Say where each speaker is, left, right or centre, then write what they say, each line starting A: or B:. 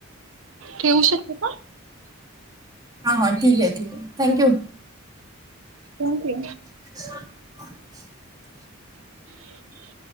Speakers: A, on the right; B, on the right.
A: ठेवऊ शकत का
B: हा हा ठीक आहे ठीक आहे थँक्यू
A: कोणती
B: <inaudible>
A: ह